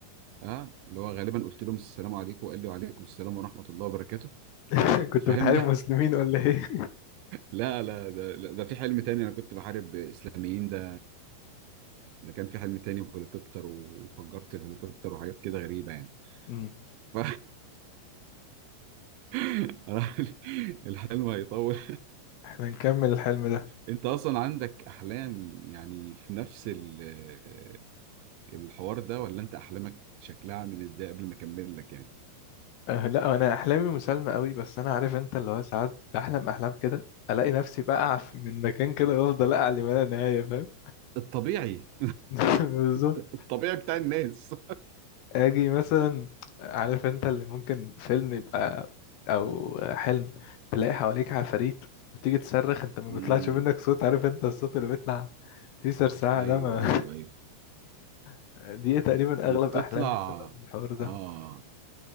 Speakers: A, on the right; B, on the left.
A: اه اللي هو غالبا قلت لهم السلام عليكم وقال لي وعليكم السلام ورحمه الله وبركاته
B: <laughs> كنت
A: فاهم
B: بتحارب مسلمين ولا ايه؟
A: لا لا ده لا ده في حلم تاني انا كنت بحارب اسلاميين ده ده كان في حلم تاني وهليكوبتر وفجرت الهليكوبتر وحاجات كده غريبة يعني
B: امم
A: ف... <laughs> الحلم هيطول
B: احنا نكمل الحلم ده
A: انت اصلا عندك احلام يعني في نفس ال- الحوار ده ولا انت احلامك شكلها عامل ازاي قبل ما اكمل لك يعني
B: أه لا انا احلامي مسالمه قوي بس انا عارف انت اللي هو ساعات بحلم احلام كده الاقي نفسي بقع في- من مكان كده وافضل اقع لما لا نهايه فاهم؟
A: الطبيعي
B: <laughs> بالظبط
A: <laughs> الطبيعي بتاع الناس
B: اجي مثلا عارف انت اللي ممكن فيلم يبقى او حلم تلاقي حواليك عفاريت وتيجي تصرخ انت ما
A: امم
B: بيطلعش منك صوت عارف انت الصوت اللي بيطلع فيه سرسعة
A: ايوه
B: ده ما
A: ايوه ايوه
B: <laughs> دي تقريبا
A: وبتطلع
B: اغلب احلامي بتبقى بالحوار ده
A: اه